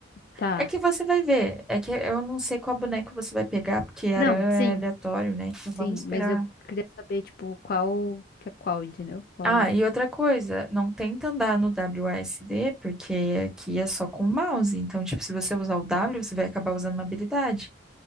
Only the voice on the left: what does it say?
Tá.
Não,
sim,
sim.
Mas eu queria saber, tipo, qual, que é qual, entendeu? Qual.